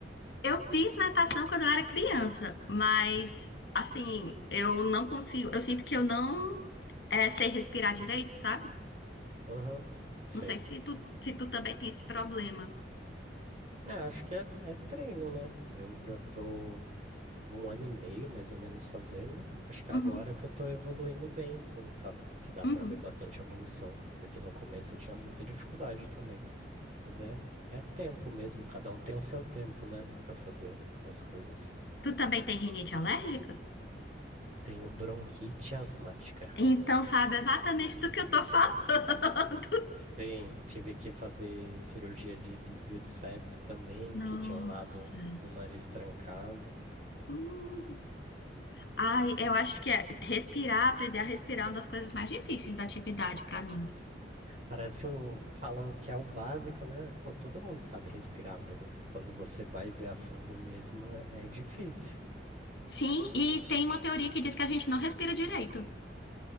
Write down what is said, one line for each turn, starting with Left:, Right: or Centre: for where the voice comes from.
Left: Eu fiz natação quando eu era criança, mas, assim, eu não consigo. Eu sinto que eu não é, sei respirar direito, sabe?
Right: Uhum, sei.
Left: Não sei se tu, se tu também tem esse problema.
Right: É, acho que é, é treino, né? Eu já tô. um ano e meio mais ou menos fazendo. Acho que
Left: Uhum,
Right: agora que eu tô evoluindo bem, assim, sabe? Que dá
Left: uhum.
Right: pra ver bastante evolução, porque no começo eu tinha muita dificuldade também. Mas é, é tempo mesmo, cada um tem o seu tempo, né, Pra fazer as coisas.
Left: Tu também tem rinite alérgica?
Right: Tenho bronquite asmática.
Left: Então sabe exatamente do que eu tô falando. <laughs>
Right: Sim, tive que fazer cirurgia de desvio de septo também,
Left: Nossa.
Right: que tinha um lado do nariz trancado.
Left: Hum. Ai, eu acho que é respirar, aprender a respirar é uma das coisas mais difíceis da atividade pra mim.
Right: Parece o. Falam que é o básico, né? Pô, todo mundo sabe respirar, mas quando você vai ver a fundo mesmo, é é difícil.
Left: Sim, e tem uma teoria que diz que a gente não respira direito.